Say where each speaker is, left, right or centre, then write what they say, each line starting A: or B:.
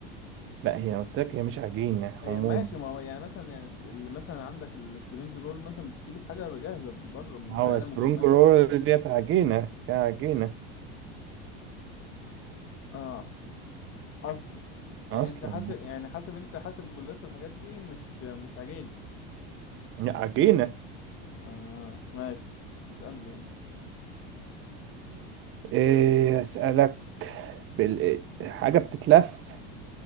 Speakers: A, on the right; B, on the left.
A: لا هي قلت لك هي مش عجينة
B: آه،
A: عموما
B: ماشي ما هو يعني مثلا يعني الس- اللي مثلا عندك السبرينج رول مثلا بتجيب الحاجة جاهزة من بره من
A: ما
B: البقالة
A: هو سبرونج
B: مجمدة
A: رول ديت عجينة فيها عجينة
B: اه اصلا يعني
A: أصلا
B: انت حاسب يعني حاسب انت حاسب الجلاش والحاجات دي مش مش عجين
A: لا عجينة
B: اه ماشي اسألني يلا
A: إيه أسألك بال... حاجة بتتلف